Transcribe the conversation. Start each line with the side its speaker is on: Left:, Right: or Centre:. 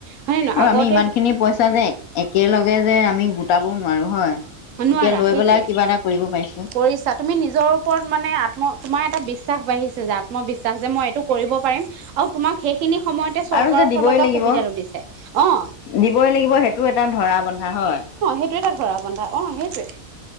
Right: হয় নে নহয়
Left: আৰু
Right: আগত
Left: আমি ইমানখিনি পইচা যে একেলগে যে আমি গোটাবও নোৱাৰো হয়,
Right: নোৱাৰা
Left: এতিয়া লৈ
Right: সেইটোৱে
Left: পেলাই কিবা এটা কৰিব পাৰি
Right: কৰিছা, তুমি নিজৰ ওপৰত মানে আত্ম, তোমাৰ এটা বিচ বিশ্বাস বাঢ়িছে যে আত্মবিশ্বাস যে মই এইটো কৰিব পাৰিম আৰু তোমাক সেইখিনি সময়তে চৰকাৰৰ
Left: আৰু যে দিবই
Right: ফালৰ পা
Left: লাগিব
Right: সুবিধাটো দিছ অ'। অ'
Left: দিবই লাগিব সেইটো এটা ধৰা বন্ধা হয়।
Right: সেইটোয়ে তাত ধৰা বন্ধা অ' সেইটোৱে।